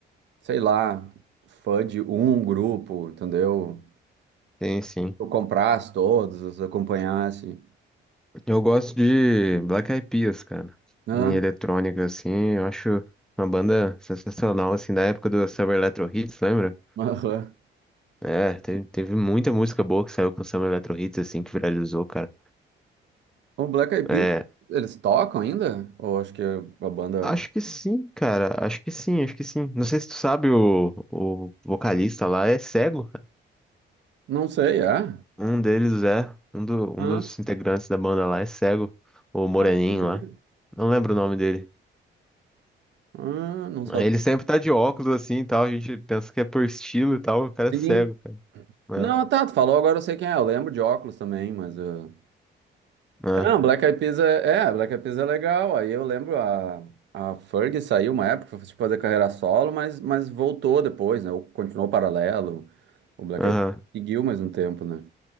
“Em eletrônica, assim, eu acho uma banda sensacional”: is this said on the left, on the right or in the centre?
Centre